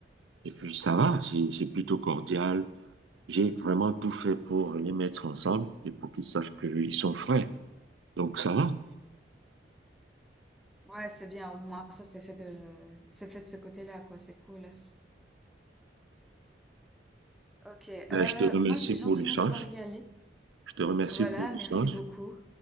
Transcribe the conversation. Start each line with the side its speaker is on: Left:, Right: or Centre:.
Right: et puis ça va, c'est c'est plutôt cordial. J'ai vraiment tout fait pour les mettre ensemble et pour qu'ils sachent qu'ils sont frères. Donc ça va.
Centre: Ouais, c'est bien. Au moins, ça, c'est fait de c'est fait de ce côté-là, quoi. C'est cool. Ok. Euh,
Right: Ben, je te remercie
Centre: moi, je vais
Right: pour
Centre: gentiment
Right: l'échange.
Centre: devoir y aller.
Right: Je te remercie
Centre: Voilà.
Right: pour l'échange.
Centre: Merci beaucoup.